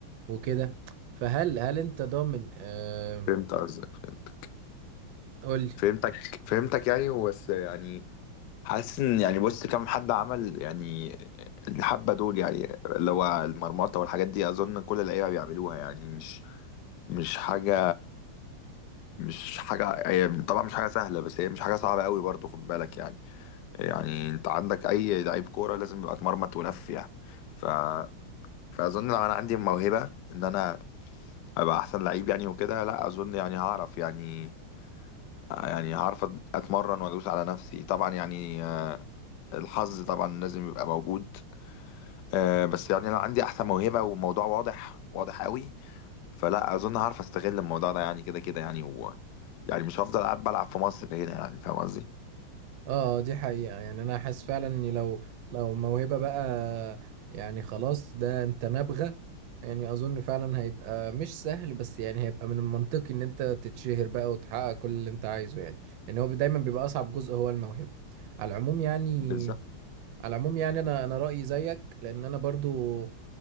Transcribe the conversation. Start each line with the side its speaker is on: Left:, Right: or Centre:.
Right: وكده فهل هل انت ضامن آه...
Left: فهمت قصدك فهمتك
Right: قولي
Left: فهمتك فهمتك يعني بس يعني حاسس ان يعني بص كم حد عمل يعني الحبه دول يعني اللي هو المرمطه والحاجات دي اظن كل اللعيبه بيعملوها يعني مش مش حاجه مش حاجة هي طبعا مش حاجة سهلة بس هي مش حاجة صعبة قوي برضو خد بالك يعني يعني انت عندك اي لعيب كورة لازم يبقى اتمرمط ولف يعني ف... فاظن لو انا عندي موهبة ان انا ابقى احسن لعيب يعني وكده لا اظن يعني هعرف يعني يعني هعرف اتمرن وادوس على نفسي طبعا يعني آه، الحظ طبعا لازم يبقى موجود آه، بس يعني لو عندي احسن موهبة وموضوع واضح واضح قوي فلا اظن هعرف استغل الموضوع ده يعني كده كده يعني و... يعني مش هفضل قاعد بلعب في مصر هنا يعني فاهم قصدي
Right: اه دي حقيقة يعني انا حاسس فعلا اني لو لو موهبة بقى يعني خلاص ده انت نابغة يعني اظن فعلا هيبقى مش سهل بس يعني هيبقى من المنطقي ان انت تتشهر بقى وتحقق كل اللي انت عايزه يعني لان هو دايما بيبقى اصعب جزء هو الموهبة على العموم يعني
Left: بالظبط
Right: على العموم يعني انا انا رأيي زيك لان انا برضو